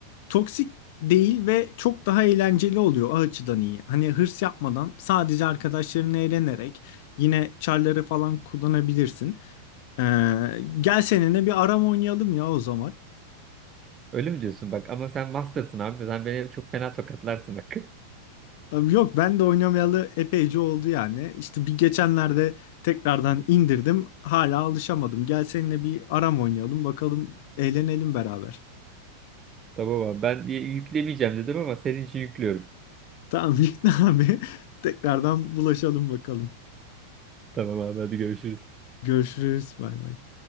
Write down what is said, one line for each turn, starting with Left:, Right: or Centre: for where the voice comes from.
Left: toksik değil ve çok daha eğlenceli oluyor o açıdan iyi. Hani hırs yapmadan sadece arkadaşlarınla eğlenerek yine çarları falan kullanabilirsin. Ee, gel seninle bir aram oynayalım ya o zaman.
Right: Öyle mi diyorsun bak ama sen master'sın abi. Sen beni çok fena tokatlarsın bak.
Left: Yok ben de oynamayalı epeyce oldu yani. İşte bir geçenlerde tekrardan indirdim. Hala alışamadım. Gel seninle bir aram oynayalım bakalım eğlenelim beraber.
Right: <laughs> Tamam abi ben y- yüklemeyeceğim dedim ama senin için yüklüyorum.
Left: Tamam <laughs> Vicdan abi tekrardan bulaşalım bakalım.
Right: Tamam abi hadi görüşürüz.
Left: Görüşürüz bay bay.